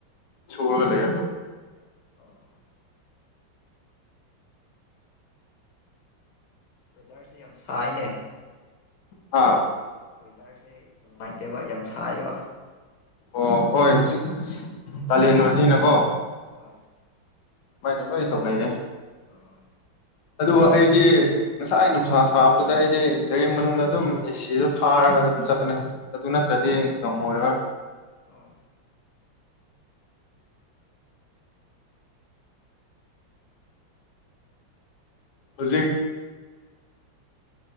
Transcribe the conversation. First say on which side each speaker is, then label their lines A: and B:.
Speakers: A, on the left (about 70°); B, on the left (about 80°).
A: ꯁꯨꯔꯒ ꯂꯩ ꯑꯗꯨꯝ
B: ꯑꯣ ꯑꯣ ꯋꯦꯗꯔꯁꯦ ꯌꯥꯝ ꯁꯥꯏꯅꯦ
A: ꯍꯥ
B: ꯋꯦꯗꯔꯁꯦ ꯅꯨꯡꯉꯥꯏꯇꯦꯕ ꯌꯥꯝ ꯁꯥꯏꯕ
A: ꯑꯣ ꯍꯣꯏ ꯍꯧꯖꯤꯛ ꯀꯥꯂꯦꯟ ꯑꯣꯏꯕꯅꯤꯅꯀꯣ
B: ꯍꯣꯏ <inaudible>
A: ꯁꯨꯃꯥꯏꯅ ꯂꯣꯏ ꯇꯧꯅꯩꯌꯦ
B: ꯑꯣ
A: ꯑꯗꯨꯕꯨ ꯑꯩꯗꯤ ꯉꯁꯥꯏ ꯅꯨꯡꯁꯥ ꯁꯥꯕꯗꯨꯗ ꯑꯩꯗꯤ ꯒꯥꯔꯤ ꯃꯅꯨꯡꯗ ꯑꯗꯨꯝ ꯑꯦꯁꯤꯗ ꯊꯥꯔꯒ ꯑꯗꯨꯝ ꯆꯠꯄꯅꯦ ꯑꯗꯨ ꯅꯠꯇ꯭ꯔꯗꯤ ꯉꯝꯃꯣꯏꯕ
B: ꯑꯣ
A: ꯍꯧꯖꯤꯛ